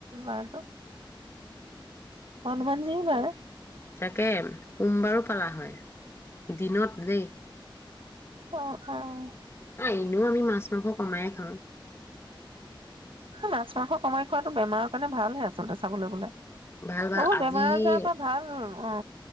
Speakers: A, on the right (about 80°); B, on the left (about 30°).
A: মানটো হনুমান যিৰ বাৰ।
B: তাকে সোমবাৰো পালা হয় দিনত দেই।
A: অ', -অ',
B: অ', এনেও আমি মাছ মাংস কমাই খাওঁ।
A: মাছ মাংস কমাই খোৱাতটো বেমাৰৰ কাৰণে ভালহে আচলতে চাবলৈ গলে। অ',
B: ভাল ভাল আজি
A: বেমাৰ আজাৰৰ পৰা ভাল। অ,